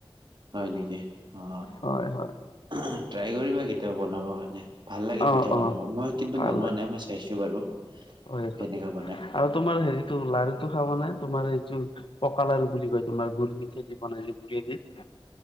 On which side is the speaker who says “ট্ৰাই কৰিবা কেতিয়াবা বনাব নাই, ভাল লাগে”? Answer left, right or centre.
Right